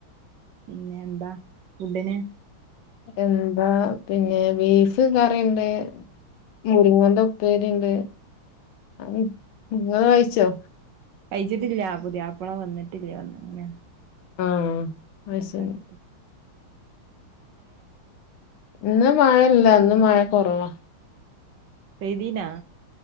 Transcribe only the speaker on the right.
പിന്നെ എന്താ ഫുഡിന്
കഴിച്ചിട്ടില്ല പുതിയാപ്ലള വന്നിട്ടില്ല അങ്ങനെ
<inaudible>
പെയ്തീന